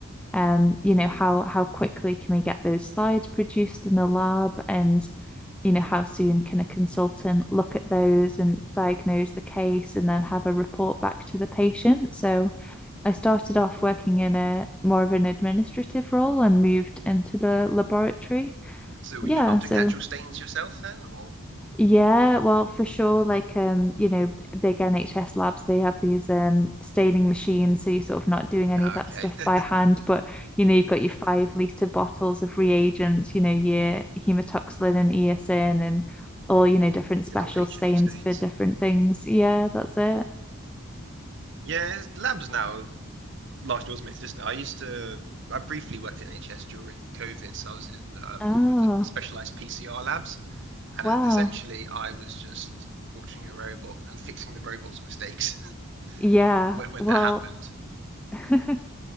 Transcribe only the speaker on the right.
So
you're not
doing the actual stains yourself then, or?
Yeah,
okay.
<laughs>
Good old H
and E stains.
Yeah, labs now. Largely automated, isn't it? I used to. I briefly worked at NHS during COVID, so I was in um,
one of the specialized PCR labs, and
uh, essentially I was just watching a robot and fixing the robot's mistakes
<laughs> when when
that happened.